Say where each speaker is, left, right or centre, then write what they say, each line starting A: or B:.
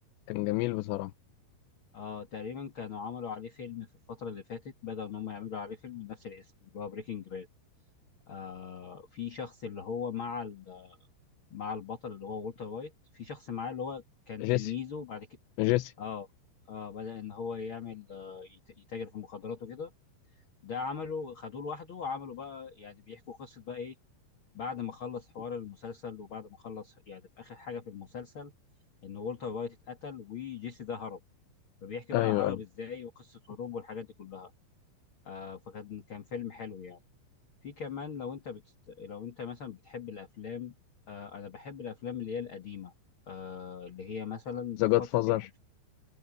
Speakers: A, on the left; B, on the left.
A: كان جميل بصراحة
B: اه تقريبا كانوا عملوا عليه فيلم في الفترة اللي فاتت بدأوا إن هم يعملوا عليه فيلم بنفس الاسم اللي هو بريكنج باد آه في شخص اللي هو مع ال- مع البطل اللي هو والتر وايت في شخص معاه اللي هو كان
A: جيسي
B: تلميذه بعد كده
A: جيسي
B: اه اه بدأ إن هو يعمل آه يت- يتاجر في المخدرات وكده ده عمله خدوه لوحده وعملوا بقى يعني بيحكوا قصة بقى إيه بعد ما خلص حوار المسلسل وبعد ما خلص يعني في آخر حاجة في المسلسل إن والتر وايت اتقتل وجيسي ده هرب فبيحكي
A: أيوه
B: بقى هرب
A: أيوه
B: ازاي وقصة هروبه والحاجات دي كلها آه فكان كان فيلم حلو يعني في كمان لو انت بت... لو انت مثلا بتحب الافلام آه انا بحب الافلام اللي هي القديمة آه اللي هي مثلا
A: ذا
B: في
A: جاد
B: فترة
A: فازر
B: الالف